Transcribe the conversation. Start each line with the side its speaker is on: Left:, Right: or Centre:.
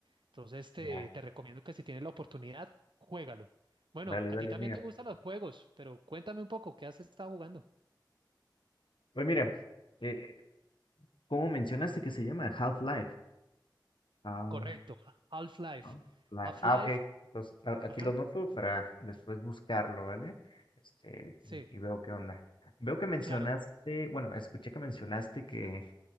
Right: Entonces te,
Left: ya,
Right: te recomiendo que si tienes la oportunidad, juégalo. Bueno,
Left: dale,
Right: a
Left: dale,
Right: ti también
Left: mira.
Right: te gustan los juegos, pero cuéntame un poco, ¿qué has estado jugando?
Left: Pues mira, eh, ¿cómo mencionaste que se llama Half-Life? Ah,
Right: Correcto, Half-Life.
Left: ah, live.
Right: Half-Life,
Left: Ah, ok. Entonces, a- aquí
Right: ajá.
Left: lo noto para después buscarlo, ¿vale? Este,
Right: Sí,
Left: y veo qué onda. Veo que mencionaste,
Right: claro.
Left: bueno, escuché que mencionaste que